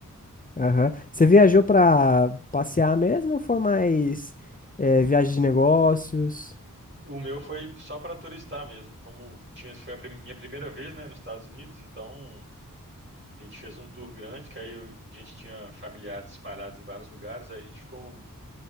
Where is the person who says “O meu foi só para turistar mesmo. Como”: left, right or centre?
Right